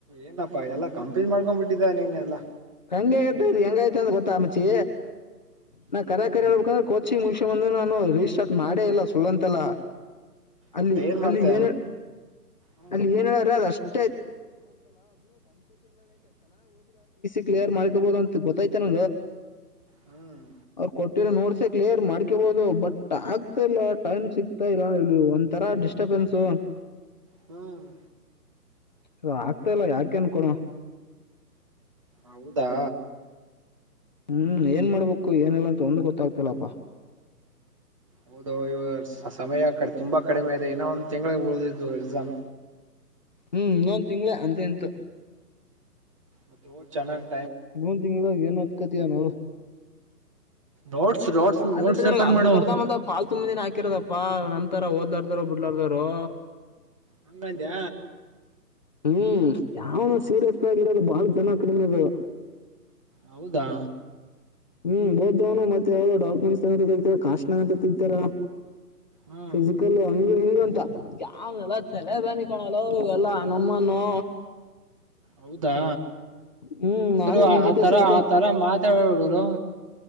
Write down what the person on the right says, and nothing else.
ಏನಪ್ಪಾ ಎಲ್ಲಾ ಕಂಪೀ ಮಾಡ್ಕೊಂಡ್ ಬಿಟ್ಟಿದ್ದ ನೀನೆಲ್ಲಾ
ಹ್ಮ್
ಮತ್ತೆ
ಮಾಡ್ತ
ಹ್ಮ್
ಹ್ಮ್
ಹ್ಮ್
ಹೌದಾ
ಹೌದು ಇವ ಸಮಯ ತುಂಬಾ ಕಡಿಮೆ ಇದೆ ಇನ್ನ ಒಂದ್ ತಿಂಗಳಿಗೆ ಉಳಿದಿದ್ದು ಎಕ್ಸಾಮ್
ಮತ್ತೆ ಚೆನ್ನಾಗಿ
ನೋಟ್ಸ್ ನೋಟ್ಸ್
ನೋಟ್ಸ್ ಪೇಪರ್
ಮಾಡು
ಹಂಗ ಅಂತಯ
ಹೌದಾ
ಹ್ಮ್
ಹೌದಾ
ಸರು
ಆ
ತರ
ಆತರ ಮಾತಾಡರು